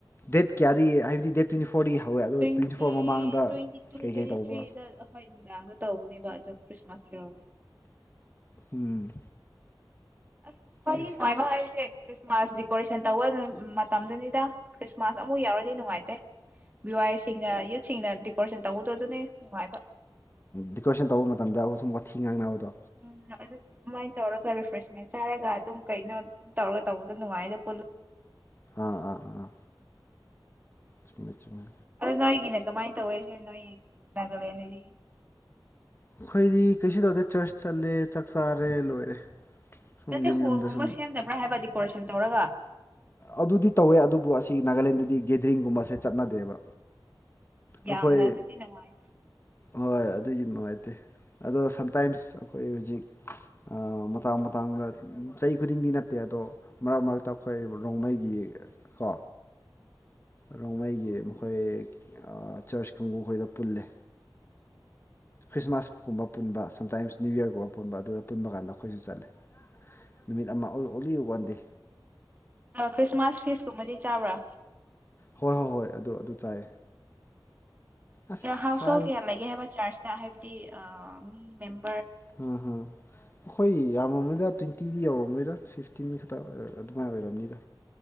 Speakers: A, on the left; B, on the right.
A: ꯗꯦꯠ ꯀꯌꯥꯗꯒꯤ ꯍꯥꯏꯕꯗꯤ ꯗꯦꯠ ꯇ꯭ꯋꯦꯟꯇꯤ ꯐꯣꯔꯗꯒꯤ ꯐꯣꯔ ꯍꯧꯋꯦ ꯑꯗꯣ
B: ꯇ꯭ꯋꯦꯟꯇꯤ
A: ꯃꯃꯥꯡꯗ
B: ꯇ꯭ꯋꯦꯟꯇꯤ ꯇꯨ
A: ꯀꯩꯀꯩ
B: ꯇ꯭ꯋꯦꯟꯇꯤ
A: ꯇꯧꯕ꯭ꯔꯥ
B: ꯊ꯭ꯔꯤꯗ ꯑꯍꯣꯏ <unintelligible> ꯇꯧꯅꯤꯕ ꯀ꯭ꯔꯤꯁꯃꯥꯁ ꯈꯔ
A: ꯎꯝ
B: ꯑꯁ ꯋꯥꯔꯤ
A: ꯑꯩꯁꯦ
B: ꯅꯨꯡꯉꯥꯏꯕ ꯍꯥꯏꯁꯦ ꯈ꯭ꯔꯤꯁꯃꯥꯁ ꯗꯤꯀꯣꯔꯦꯁꯟ ꯇꯧꯕ ꯃꯇꯝꯗꯅꯤꯗ ꯈ꯭ꯔꯤꯁꯃꯥꯁ ꯑꯃꯨꯛ ꯌꯥꯎꯔꯗꯤ ꯅꯨꯡꯉꯥꯏꯇꯦ ꯕꯤꯋꯥꯏꯁꯤꯡꯅ ꯌꯨꯠꯁꯤꯡꯅ ꯗꯦꯀꯣꯔꯦꯁꯟ ꯇꯧꯕꯗꯣ ꯑꯗꯨꯅꯦ ꯅꯨꯡꯉꯥꯏꯕ
A: ꯗꯦꯀꯣꯔꯦꯁꯟ ꯇꯧꯕ ꯃꯇꯝꯗ ꯁꯨꯝ ꯋꯥꯊꯤ ꯉꯥꯡꯅꯕꯗꯣ
B: ꯎꯝ ꯑꯗꯨ ꯑꯗꯨꯃꯥꯏꯅ ꯇꯧꯔꯒ ꯔꯤꯐ꯭ꯔꯦꯁꯃꯦꯟ ꯆꯥꯔꯒ ꯑꯗꯨꯝ ꯀꯩꯅꯣ ꯑꯗꯨꯝ ꯇꯧꯔꯒ ꯇꯧꯕꯗꯣ ꯅꯨꯡꯉꯥꯏꯗꯕ
A: ꯑꯥ ꯑꯥ ꯑꯥ ꯆꯨꯝꯃꯦ ꯆꯨꯝꯃꯦ
B: ꯑꯗꯣ ꯅꯣꯏꯒꯤꯅꯦ ꯀꯃꯥꯏꯅ ꯇꯧꯋꯦꯁꯦ ꯅꯣꯏꯒꯤ ꯅꯥꯒꯂꯦꯟꯗꯤ
A: ꯑꯩꯈꯣꯏꯗꯤ ꯀꯩꯁꯨ ꯇꯧꯗꯦ ꯆꯔꯆ ꯆꯠꯂꯦ ꯆꯥꯛ ꯆꯥꯔꯦ ꯂꯣꯏꯔꯦ ꯁꯨꯝ
B: ꯅꯠꯇꯦ
A: ꯌꯨꯝ
B: ꯍꯣꯜꯒꯨꯝꯕ
A: ꯌꯨꯝꯗ ꯁꯨꯝ
B: ꯁꯦꯝꯗꯕ꯭ꯔꯥ ꯍꯥꯏꯕ ꯗꯦꯀꯣꯔꯦꯁꯟ ꯇꯧꯔꯒ
A: ꯑꯗꯨꯗꯤ ꯇꯧꯋꯦ ꯑꯗꯨꯕꯨ ꯑꯁꯤ ꯅꯥꯒꯥꯂꯦꯟꯗꯗꯤ ꯒꯦꯗꯔꯤꯡꯒꯨꯝꯕꯁꯦ ꯆꯠꯅꯗꯦꯕ
B: ꯌꯥꯝꯅ
A: ꯑꯩꯈꯣꯏ
B: ꯑꯗꯨꯗꯤ ꯅꯨꯡꯉꯥꯏ
A: ꯍꯣꯏ ꯑꯗꯨꯒꯤ ꯅꯨꯡꯉꯥꯏꯇꯦ ꯑꯗꯣ ꯁꯝꯇꯥꯏꯝꯁ ꯑꯩꯈꯣꯏ ꯍꯧꯖꯤꯛ ꯃꯇꯥꯡ ꯃꯇꯥꯡꯗ ꯆꯍꯤ ꯈꯨꯗꯤꯡꯒꯤ ꯅꯠꯇꯦ ꯑꯗꯣ ꯃꯔꯛ ꯃꯔꯛꯇ ꯑꯩꯈꯣꯏ ꯔꯣꯡꯃꯩꯒꯤ ꯀꯣ ꯔꯣꯡꯃꯩꯒꯤ ꯃꯈꯣꯏ ꯆꯔꯆ ꯀꯥꯡꯕꯨ ꯑꯩꯈꯣꯏꯗ ꯄꯨꯜꯂꯦ ꯈ꯭ꯔꯤꯁꯃꯥꯁꯀꯨꯝꯕ ꯄꯨꯟꯕ ꯁꯝꯇꯥꯏꯝꯁ ꯅ꯭ꯌꯨ ꯌꯔꯒꯨꯝꯕ ꯄꯨꯟꯕ ꯑꯗꯨꯗ ꯄꯨꯟꯕ ꯀꯥꯟꯗ ꯑꯩꯈꯣꯏꯁꯨ ꯆꯠꯂ ꯅꯨꯃꯤꯠ ꯑꯃ ꯑꯣꯟꯂꯤ ꯋꯥꯥꯟꯗꯦ
B: ꯈ꯭ꯔꯤꯁꯃꯥꯁ ꯐꯤꯁꯀꯨꯝꯕꯗꯤ ꯆꯥꯕ꯭ꯔꯥ
A: ꯍꯣꯏ ꯍꯣꯏ ꯍꯣꯏ ꯑꯗꯨ ꯑꯗꯨ ꯆꯥꯏ ꯑꯁ
B: ꯍꯥꯎꯁ
A: ꯁꯥꯔꯤꯁ
B: ꯍꯣꯜ ꯀꯌꯥ ꯂꯩꯒꯦ ꯍꯥꯏꯕ ꯆꯥꯔꯆꯇ ꯍꯥꯏꯕꯗꯤ ꯃꯤ ꯃꯦꯝ
A: ꯑꯝ ꯍꯝ ꯑꯩꯈꯣꯏ ꯌꯥꯝꯃꯗ ꯇ꯭ꯋꯦꯟꯇꯤ ꯐꯇꯤꯗꯤ ꯌꯧꯔꯝꯃꯣꯏꯗ ꯐꯤꯐꯇꯤꯟ ꯈꯛꯇ ꯑꯗꯨꯃꯥꯏ ꯑꯣꯏꯔꯕꯅꯤꯗ